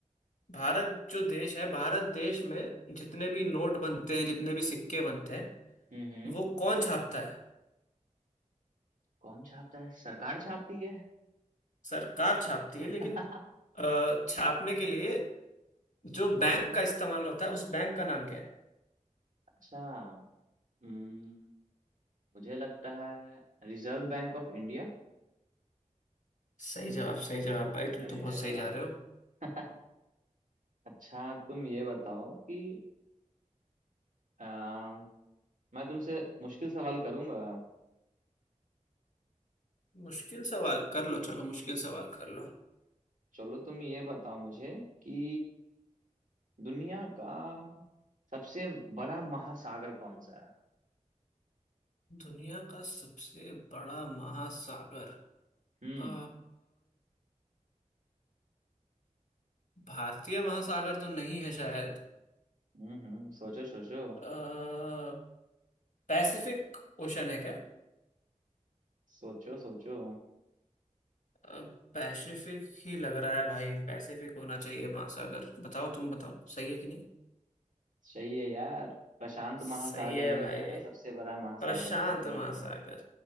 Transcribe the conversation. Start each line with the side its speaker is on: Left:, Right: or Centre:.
Left: भारत जो देश है भारत देश में जितने भी नोट बनते हैं जितने भी सिक्के बनते हैं
Right: हम्म हम्म
Left: वो कौन छापता है
Right: कौन छापता है सरकार छापती है
Left: सरकार छापती है लेकिन
Right: <laughs>
Left: अ, छापने के लिए जो बैंक का इस्तेमाल होता है उस बैंक का नाम क्या है
Right: अच्छा हम्म, मुझे लगता है रिजर्व बैंक ऑफ इंडिया
Left: सही जवाब सही जवाब भाई तुम
Right: अरे
Left: तो बहुत सही
Right: वाह
Left: जा रहे हो
Right: <laughs> अच्छा तुम ये बताओ कि आ, मैं तुमसे मुश्किल सवाल करूंगा
Left: मुश्किल सवाल कर लो चलो मुश्किल सवाल कर लो
Right: चलो तुम ये बताओ मुझे कि दुनिया का सबसे बड़ा महासागर कौन सा है
Left: दुनिया का सबसे बड़ा महासागर
Right: हम्म
Left: अ, भारतीय महासागर तो नहीं है शायद
Right: हम्म हम्म, सोचो सोचो
Left: अ, पैसिफिक ओशन है क्या
Right: सोचो सोचो
Left: अ, पैसिफिक ही लग रहा है भाई पैसिफिक होना चाहिए महासागर बताओ तुम बताओ सही है कि नहीं
Right: सही है यार प्रशांत
Left: सही
Right: महासागर
Left: है
Right: ही
Left: भाई
Right: है सबसे बड़ा महासागर
Left: प्रशांत
Right: पृथ्वी
Left: महासागर
Right: पे